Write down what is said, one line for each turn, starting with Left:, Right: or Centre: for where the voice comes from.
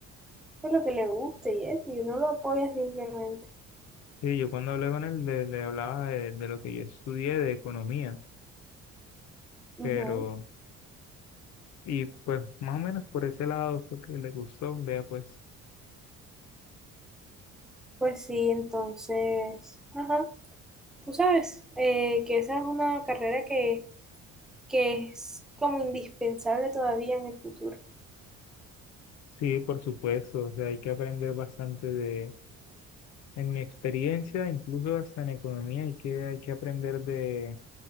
Centre: pues, lo que le guste y eso, y uno lo apoya simplemente.
Left: Sí, yo cuando hablé con él le, le hablaba de, de lo que yo estudié de economía,
Centre: Ujú.
Left: pero, y pues más o menos por ese lado fue que le gustó. Vea, pues
Centre: Pues sí, entonces, ajá, tú sabes eh, que esa es una carrera que, que es como indispensable todavía en el futuro.
Left: sí, por supuesto, o sea, hay que aprender bastante de, en mi experiencia, incluso hasta en economía, hay que, hay que aprender de